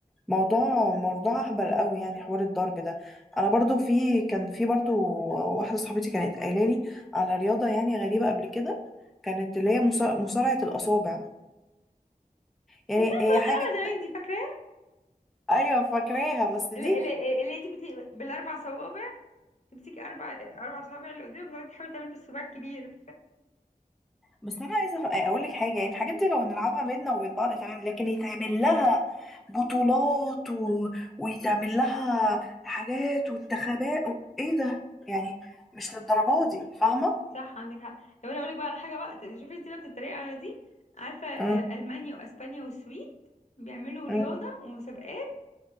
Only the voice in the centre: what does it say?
موضوع موضوع اهبل قوي يعني حوار الضرب ده انا برضو في كان في برضو واحده صاحبتي كانت قايله لي على رياضه يعني غريبه قبل كده كانت اللي هي مصا- مصارعه الاصابع يعني
هي حاجه
كده
ايوه فاكراها بس دي
بس انا عايزه اقول لك حاجه يعني الحاجات دي لو نلعبها بينا وبين بعض تمام لكن يتعمل لها بطولات و... ويتعمل لها حاجات وانتخابات و... ايه ده يعني مش للدرجه دي فاهمه
مم.
مم.